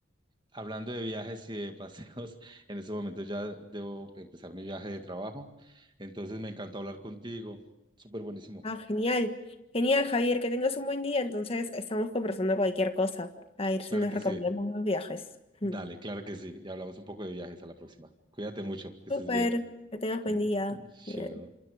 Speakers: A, on the right (about 25°); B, on the left (about 30°).
A: Hablando de viajes y de paseos, <laughs> en este momento ya debo empezar mi viaje de trabajo. Entonces me encantó hablar contigo. Súper buenísimo.
B: Ah, genial. Genial, Javier, que tengas un buen día. Entonces, estamos conversando cualquier cosa. A ver si
A: Claro
B: nos
A: que
B: recomendamos
A: sí.
B: unos viajes. <laughs>
A: Dale,
B: Ujú.
A: claro que sí. Y hablamos un poco de viajes a la próxima. Cuídate mucho, que estés
B: Súper,
A: bien.
B: que tengas buen
A: <laughs>
B: día.
A: Chao.
B: Ya.